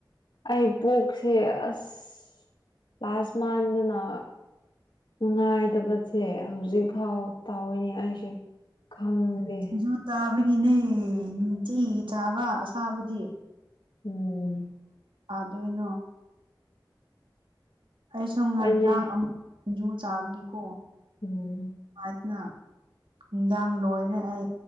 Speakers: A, on the left; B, on the right.
A: ꯑꯩ ꯀꯣꯛꯁꯦ ꯑꯁ ꯂ꯭ꯥꯁꯃꯥꯟꯗꯅ ꯅꯨꯡꯉꯥꯏꯇꯕꯁꯦ ꯍꯧꯖꯤꯛ ꯐꯥꯎ ꯇꯧꯋꯏꯅꯦ ꯑꯩꯁꯦ ꯈꯪꯗꯦ
B: ꯁꯤꯡꯖꯨ ꯆꯥꯕꯒꯤꯅꯦ ꯅꯨꯡꯇꯤ ꯆꯥꯕ ꯑꯁꯥꯕꯗꯤ
A: ꯎꯝ
B: ꯑꯥꯗꯣꯏꯅꯣ ꯑꯩ ꯁꯨꯝ ꯉꯔꯥꯡ
A: ꯑꯩꯅꯦ
B: ꯑꯃꯨꯛ ꯁꯤꯡꯖꯨ ꯆꯥꯕꯒꯤꯀꯣ
A: ꯎꯝ
B: ꯍꯥꯏꯗꯅ ꯅꯨꯡꯗꯥꯡ ꯂꯣꯏꯔꯦ ꯑꯩ